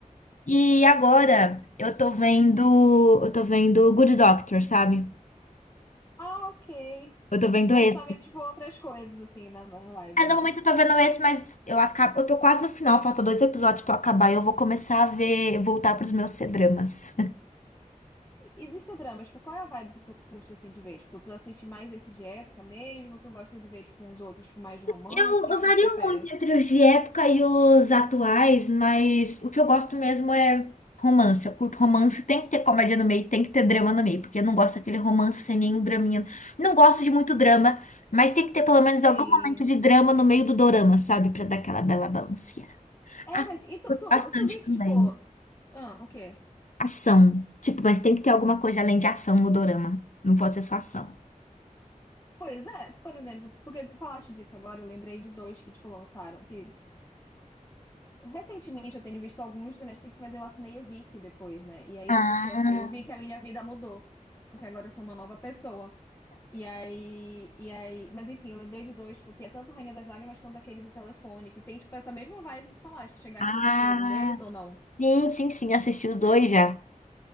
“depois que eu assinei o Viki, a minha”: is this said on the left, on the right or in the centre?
Left